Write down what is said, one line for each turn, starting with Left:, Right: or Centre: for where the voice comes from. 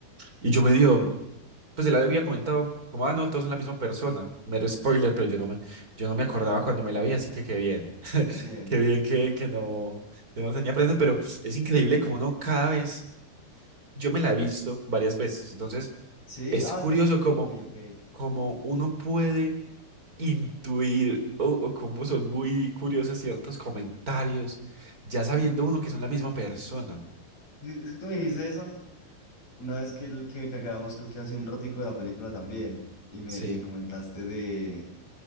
Right: y yo me dio, pues él había comentado, como, ah, no, todos son la misma persona, mero spoiler, pero yo no me, yo no me acordaba cuando me la vi, así que qué bien,
Left: Bien.
Right: qué bien que, que no, que no lo tenía presente, pero es increíble como no cada vez, yo me la he visto varias veces, entonces
Left: Sí,
Right: es
Left: ah,
Right: curioso
Left: pues,
Right: como,
Left: ok, ok.
Right: como uno puede intuir o, o cómo son muy curiosos ciertos comentarios, ya sabiendo uno que son la misma persona.
Left: Es es que tú me dijiste eso una vez que, el, que, que acabamos, creo que hace un ratico de la película también, y me,
Right: Sí,
Left: y me comentaste de,